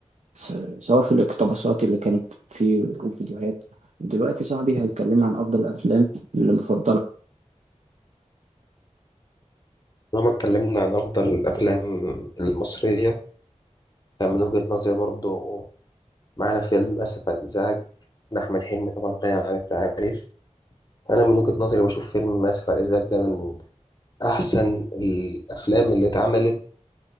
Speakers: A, on the right; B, on the left.
A: س- سواء في الاقتباسات اللي كانت في الفيديوهات دلوقتي صاحبي هيكلمنا عن أفضل الأفلام اللي مفضلة
B: طالما اتكلمنا عن أفضل الأفلام المصرية فمن وجهة نظري برضو معانا فيلم أسف على الإزعاج لأحمد حلمي طبعا غني عن التعريف أنا من وجهة نظري بشوف فيلم أسف على الإزعاج ده من أحسن الأفلام اللي اتعملت